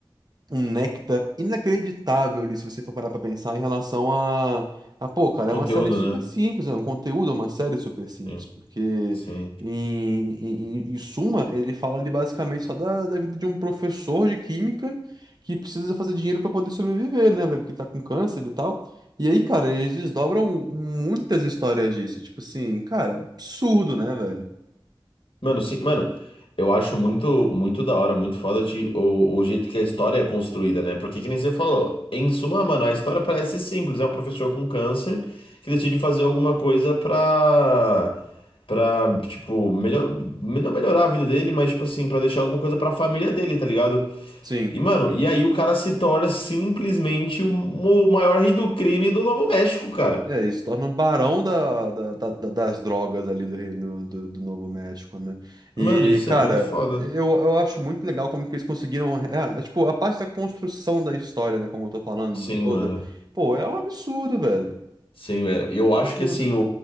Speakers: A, on the right; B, on the left.
A: um néctar inacreditável ali, se você for parar pra pensar, em relação a, a, pô, cara,
B: Conteúdo,
A: é uma série super
B: né?
A: simples, é um conteúdo, é uma série super simples,
B: Sim,
A: porque
B: sim.
A: em, em, em- em suma, ele fala ali basicamente só da, da vida de um professor de química que precisa fazer dinheiro pra poder sobreviver, né, Pra- que tá com câncer e tal. E aí, cara, eles desdobram muitas histórias disso, tipo assim, cara, absurdo, né, velho?
B: Mano, sim, mano, eu acho muito, muito da hora, muito foda de, o, o jeito que a história é construída, né? Porque que nem você falou, em suma, mano, a história parece ser simples. É um professor com câncer que decide fazer alguma coisa pra. Pra, tipo, melhor, não melhorar a vida dele, mas, tipo assim, pra deixar alguma coisa pra família dele, tá ligado?
A: Sim.
B: E, mano, e aí o cara se torna simplesmente o o maior rei do crime do Novo México, cara.
A: É, ele se torna o barão da, da- da- da- das drogas ali do Reino do, do Novo México, né? E,
B: Mano, isso
A: cara,
B: é muito foda.
A: eu, eu acho muito legal como que eles conseguiram. é, é, tipo, a parte da construção da história, né? Como eu tô falando
B: Sim,
A: toda.
B: mano.
A: Pô, é um absurdo, velho.
B: Sim, velho. E eu
A: Absurdo.
B: acho que, assim, o,